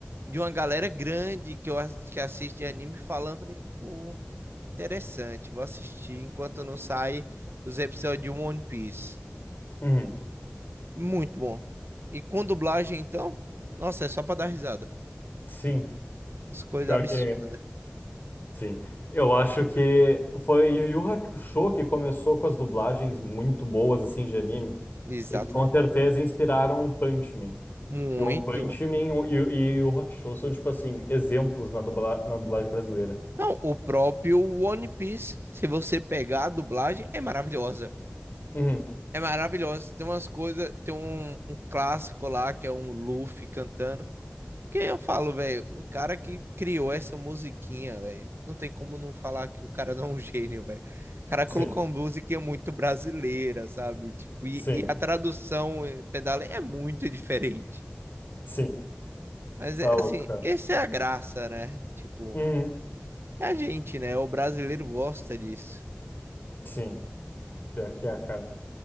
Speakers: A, on the right; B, on the left.
A: de uma galera grande que eu ass- que assiste anime falando, falei, pô, interessante, vou assistir enquanto não sai os episódios de One Piece.
B: uhum.
A: Muito bom. E com dublagem, então? Nossa, é só pra dar risada.
B: Sim,
A: As coisas
B: pior
A: absurdas.
B: que sim. Eu acho que foi Yu Yu Hakusho que começou com as dublagens muito boas assim de anime
A: Exatamente.
B: e que com certeza inspiraram One Punch Man.
A: Muito.
B: Que One Punch Man e e Yu Yu Hakusho são tipo assim exemplos na, dubla- na dublagem brasileira.
A: Não, o próprio One Piece, se você pegar a dublagem, é maravilhosa.
B: Uhum,
A: É maravilhosa. Tem umas coisas, tem um, um clássico lá que é um Luffy cantando. Que eu falo, velho, o cara que criou essa musiquinha, velho, não tem como não falar que o cara <laughs> não é um gênio, velho. O cara colocou
B: Sim,
A: uma musiquinha muito brasileira, sabe? Tipo, e,
B: sim,
A: e a tradução eh, pedala é muito <laughs> diferente.
B: sim.
A: Mas,
B: Tá
A: é,
B: louco,
A: assim,
B: cara.
A: essa é a graça, né? Tipo,
B: Uhum,
A: é a gente, né? O brasileiro gosta disso.
B: Sim, pior que é, cara.